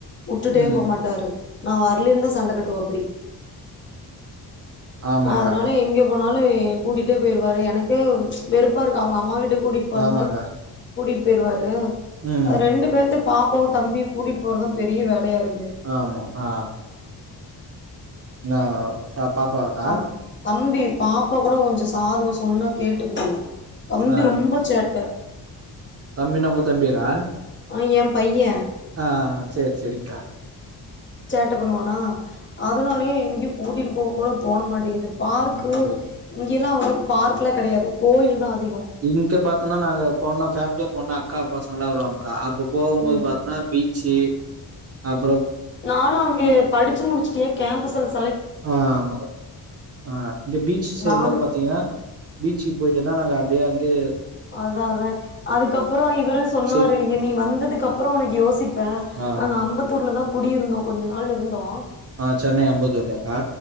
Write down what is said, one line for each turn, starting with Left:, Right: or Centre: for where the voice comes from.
Left: வுட்டுட்டே
Right: ம்
Left: போமாட்டாரு நா வரலேன் தா சண்ட கட்டுவாப்டி
Right: ஆமாங்க
Left: அதுனால எங்கே போனாலுவே கூட்டிட்டே போய்ருவாரு எனக்கே ச் வெறுப்பா இருக்கு அவுங்க அம்மா வீட்டுக் கூட்டிட்டு போறர்ந்தாலு
Right: ஆமாங்க
Left: கூட்டிட்டு போய்ருவாரு
Right: ம்
Left: அது ரெண்டு பேத்து பாப்பாவு தம்பியு கூட்டிட்டு போறதுதா பெரிய வேலயா இருக்
Right: ஆமா ஆ ஆ பாப்பா கா
Left: ஆம் தம்பி பாப்பா கூடோ கொஞ்சோ சாது சொன்னா கேட்டுகுது தம்பி
Right: ஆ
Left: ரொம்ப சேட்ட
Right: தம்பினா உங்க தம்பியக்கா
Left: ஆ என் பைய
Right: ஆ சரி சரி்ங்கா
Left: ட பண்ணுவானா அதனாலே எங்யும் கூட்டிட்டு போ கூட தோண மாட்டிகிது பார்க்கு
Right: ம் சேரி
Left: ல்லா அவ்ளோ பார்க்லா கெடையாது கோயில் தா அதிகோ
Right: இங்க பாத்தோம்ன்னா நாங்க போனா ஃபே மிலி போனா அக்கா பசங்களா வருவாங்க்கா அப்ப போகும்போது
Left: ம்
Right: பாத்தனா பீச்சு அப்
Left: நானும் அங்க படு டிச்சு முடிச்சுிட்டே கேம்பஸ்ல்ல
Right: ஆ ஆமா ஆ இங்க பீச் சைட்ல
Left: நானு
Right: பாத்தீங்கன்னா பீச் போயிட்டுேன்னா நாங்க அப்படியே அங்கே
Left: அதான் அதான் அதுக்கப்புறம் இவரும் சொன்னாரு
Right: செய்
Left: நீ வந்ததுக்கு அப்புறம் உனக்கு யோசிப்பே
Right: ஆ
Left: நாங்க அம்பத்தூர்லதான் குடியிருந்தோம் கொஞ்சம் நாள் இருந்தோம்
Right: ஆ சென்னை அம்பத்தூர்லயாக்கா